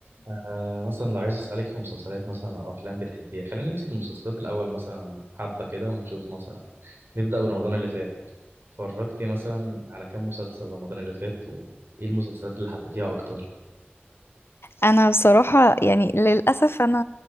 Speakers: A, on the right (about 65°); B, on the left (about 75°).
A: آه مثلا لو عايز أسألك في مسلسلات مثلا أو أفلام بتحبيها خلينا نمسك المسلسلات الأول مثلا حبة كده ونشوف مثلا نبدأ برمضان اللي فات اتفرجتي مثلا على كام مسلسل رمضان اللي فات وإيه المسلسلات اللي حبيتيها أكتر
B: انا بصراحة يعني للأسف انا